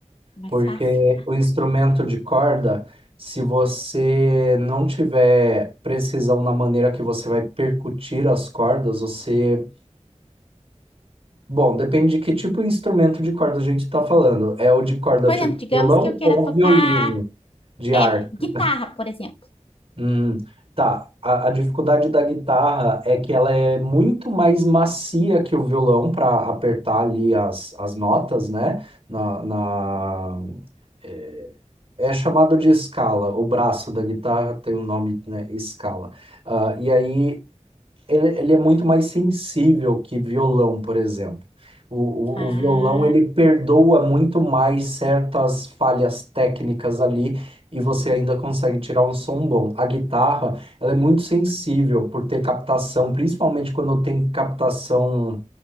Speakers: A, on the left; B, on the right.
A: Mais
B: porque
A: fácil.
B: o instrumento de corda, se você não tiver precisão na maneira que você vai percutir as cordas, você. Bom, depende de que tipo de instrumento de corda a gente está falando. É o de corda
A: Por
B: tipo
A: exemplo, digamos
B: violão
A: que eu queira
B: ou
A: tocar
B: violino de
A: é,
B: arco?
A: guitarra, por exemplo.
B: Hum, tá. A, a dificuldade da guitarra é que ela é muito mais macia que o violão para apertar ali as, as notas, né? na, na- É é chamado de escala. O braço da guitarra tem o nome, né, escala. Ah, e aí ele, ele é muito mais sensível que violão, por exemplo. O,
A: Ah,
B: o, o violão ele perdoa muito mais certas falhas técnicas ali e você ainda consegue tirar um som bom. A guitarra, ela é muito sensível por ter captação, principalmente quando tem captação